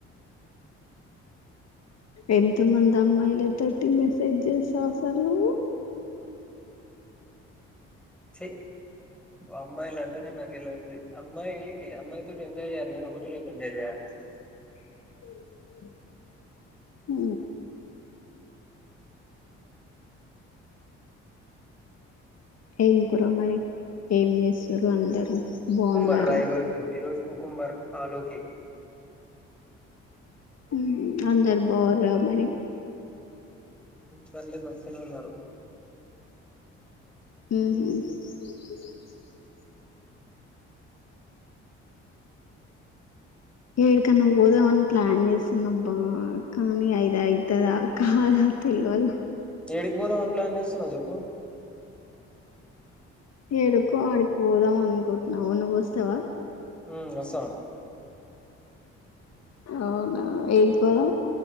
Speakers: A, on the left; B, in the centre.
A: ఎంతమంది అమ్మాయిలతోటి మెసేజ్ చేస్తావు అసలు నువ్వు,
B: చి ఓ అమ్మాయిలు అంటేనే నాకు ఎలర్జీ అమ్మాయి అమ్మాయితోటి ఎంజాయ్ చేయాలి కానీ ఒకటే లైఫ్ ఎంజాయ్ చేయాలి,
A: <unintelligible> ఉ ఏం కూర మరి ఏం చేస్తురు అందరూ బాగున్నారా
B: కుకుంబర్ రా ఈ రోజు, ఈ రోజు కుకుంబర్ అల్లుకి
A: హు అందరు బాగురా మరి
B: పర్లేదు మంచిగానే ఉన్నారు.
A: ఉహు ఏడికన్నా పోదామని ప్లాన చేస్తున్న అబ్బా కానీ అది అయితాదా కదా తెలవదు
B: ఏడికి పోదాంమని ప్లాన్ చేస్తున్నా చెప్పు
A: ఎడుకో అడికి పోదాం అనుకోటున నువ్వు వస్తావా
B: ఉ వస్తా
A: అవునా ఏడికి పోదాం